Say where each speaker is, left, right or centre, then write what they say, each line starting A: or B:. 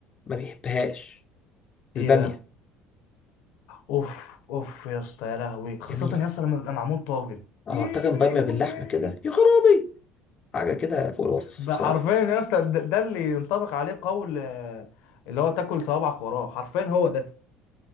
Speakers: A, on the left; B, on the left.
A: ما بيحبهاش الباميه
B: ايه بقى اوف اوف يا اسطى يا لهوي خاصه
A: جميله
B: يا اسطى لما بيبقى معمول طاجن
A: اه
B: ايه
A: طاجن باميه
B: لهوتي
A: باللحمه كده يا خرابي حاجه كده فوق الوصف
B: ده
A: بصراحه
B: حرفيا يا اسطى ده, ده اللي ينطبق عليه قول آه، اللي هو تاكل صوابعك وراه حرفيا هو ده